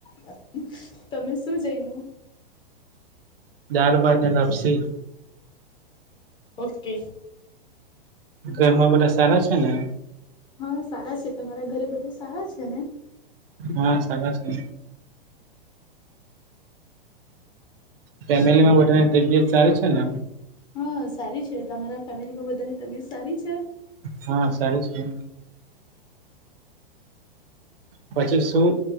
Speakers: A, on the left; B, on the right.
A: <inaudible>
B: દાર ભાત અતા ખુછી
A: ઓકકેે
B: ઘરમાં બધા સારા છે ને
A: હા સારા છે તમારા ઘરે બધું સારા છે ને
B: હા સારા છ ન ફેમિલીમાં બધાની તબિયત સારી છે ને
A: હા સારી છે તમારા ફેમિલીમાં બધાની તબિયત સારી છે.
B: હા સારું છે. પછી શું